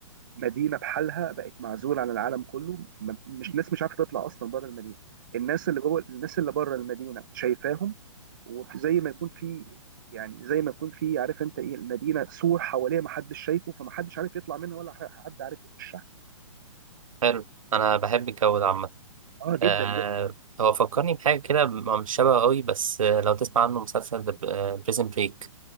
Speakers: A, on the right (about 40°); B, on the right (about 80°).
A: مدينه بحالها بقت معزوله عن العالم كله ما- مش ناس مش عارفه تطلع اصلا بره المدينه الناس اللي جوه الناس اللي بره المدينه شايفاهم وزي ما يكون في يعني زي ما يكون في عارف انت ايه المدينه سور حواليها ما حدش شايفه فما حدش عارف يطلع منها ولا ح- حد عارف يخشها
B: حلو انا بحب الجو ده عامه
A: اه جدا
B: آه
A: جدا
B: هو فكرني بحاجة كده هو مش شبه قوي بس آه لو تسمع عنه مسلسل بريزن بريك